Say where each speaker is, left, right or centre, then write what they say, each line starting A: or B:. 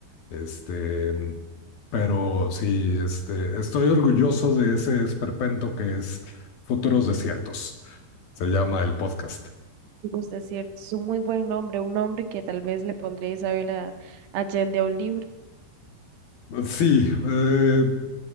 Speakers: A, on the left (about 55°); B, on the right (about 70°).
A: Este, pero sí, este, estoy orgulloso de ese esperpento que es Futuros Desiertos. Se llama el podcast.
B: Los desiertos, es un muy buen nombre, un nombre que tal vez le pondría Isabel a- Allende a un libro.
A: Sí, eh,